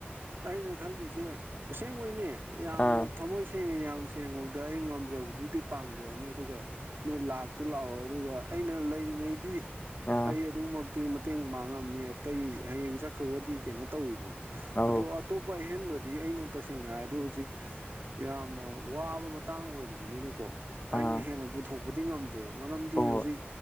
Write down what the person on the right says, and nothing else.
ꯑꯩꯅ ꯈꯜꯂꯤꯁꯦ ꯑꯁꯦꯡꯕꯩꯅꯦ ꯌꯥꯝꯅ
ꯊꯃꯣꯏ ꯁꯦꯡꯅ ꯌꯥꯝ ꯁꯦꯡꯉꯨꯗ ꯑꯩ ꯉꯝꯖꯕꯗꯨꯗꯤ ꯄꯥꯡꯖꯔꯅꯤ ꯑꯗꯨꯒ ꯅꯣꯏ ꯂꯥꯛꯇꯤ ꯂꯥꯛꯑꯣ ꯑꯗꯨꯒ ꯑꯩꯅ ꯂꯩꯔꯤꯉꯩꯗꯤ
ꯑꯩ ꯑꯗꯨꯃꯛ ꯑꯗꯨꯨ ꯃꯇꯦꯡ ꯄꯥꯡꯉꯝꯅꯤ ꯑꯇꯩ ꯍꯌꯦꯡ ꯆꯠꯈ꯭ꯔꯒꯗꯤ ꯀꯩꯅꯣ ꯇꯧꯋꯤꯗꯅ
ꯑꯗꯣ ꯑꯇꯣꯞꯄ ꯑꯍꯦꯟꯕꯗꯤ ꯑꯩꯅ ꯇꯁꯦꯡꯅ ꯍꯥꯏꯔꯗꯤ ꯍꯧꯖꯤꯛ ꯌꯥꯝꯅ ꯋꯥꯕ ꯃꯇꯥꯡ ꯑꯣꯏꯔꯤꯕꯅꯤꯅꯀꯣ ꯑꯩꯅ
ꯍꯦꯟꯅ ꯄꯨꯊꯣꯛꯄꯗꯤ ꯉꯝꯗꯦꯕ ꯃꯔꯝꯗꯤ
ꯍꯧꯖꯤꯛ